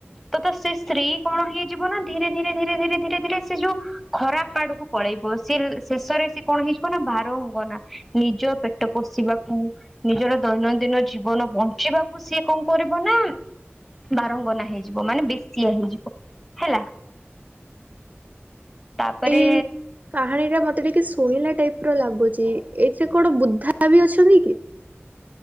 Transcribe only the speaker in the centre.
ତ ତ ସେ ସ୍ତ୍ରୀ କଣ ହେଇଯିବ ନା ଧୀରେ ଧୀରେ ଧୀରେ ଧୀରେ ଧୀରେ ଧୀରେ ସେ ଯୋଉ ଖରାପ ଆଡକୁ ପଳେଇବ ସେ ଶେଷରେ ସିଏ କଣ ହେଇଯିବ ନା ଭାରଙ୍ଗନା ନିଜ ପେଟ ପୋଷିବାକୁ ନିଜର ଦୈନନ୍ଦିନ ଜୀବନ ବଞ୍ଚିବା କୁ ସିଏ କଣ କରିବ ନା ବାରଙ୍ଗନା ହେଇଯିବ ମାନେ ବେଶ୍ୟା ହେଇଯିବ ହେଲା। ତାପରେ